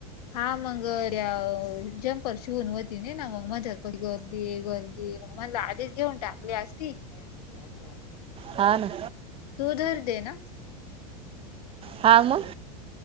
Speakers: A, on the left (about 75°); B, on the right (about 30°).
A: हा मंग अ द्याव जंपर शिवून होत तिनी ना मग माझ्याच पती गर्दी गर्दी मग मनल आदिच घेऊन टाकली असती <unintelligible>
B: हा न
A: तू धर देन
B: हा मग